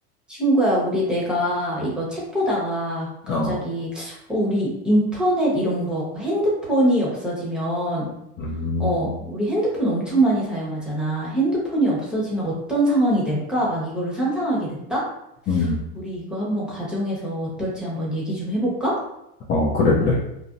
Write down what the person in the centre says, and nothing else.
친구야, 우리 내가 이거 책 보다가 갑자기,
어, 우리 인터넷 이런 거 핸드폰이 없어지면,
어, 우리 핸드폰 엄청 많이 사용하잖아. 핸드폰이 없어지면 어떤 상황이 될까? 막 이거를 상상하게 됐다?
우리 이거 한번 가정에서 어떨지 한번 얘기 좀 해볼까?